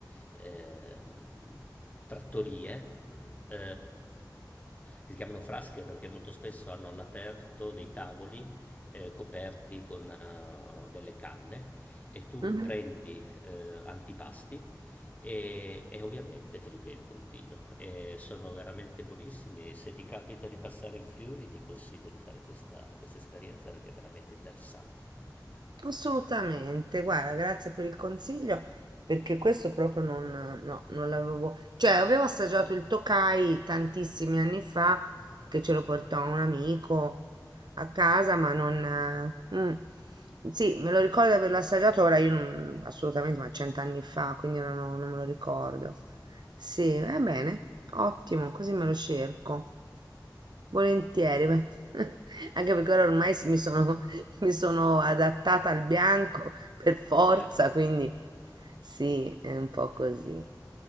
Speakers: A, on the left; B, on the right.
A: ehm, trattorie. eh, che si chiamano frasche perché molto spesso hanno all'aperto dei tavoli eh, coperti con eh, delle canne e tu
B: Mhm.
A: prendi eh, antipasti e, e ovviamente te li bevi col vino. E sono veramente buonissimi. Se ti capita di passare in Friuli, ti consiglio di fare questa, questa esperienza perché è veramente interessante.
B: Assolutamente, guarda, grazie per il consiglio, perché questo proprio non, no, non l'avevo, cioè avevo assaggiato il Tokai tantissimi anni fa, che ce lo portò un amico a casa, ma non... eh, mm, sì, me lo ricordo di averlo assaggiato, ora io non, assolutamente, ma cent'anni fa, quindi ora no- non me lo ricordo. Sì, va bene, ottimo, così me lo cerco. Volentieri, beh. <laughs> Anche perché ora ormai s- mi sono mi sono adattata al bianco <laughs> per forza,
A: Eh, eh.
B: quindi sì, è un po'
A: Eh,
B: così.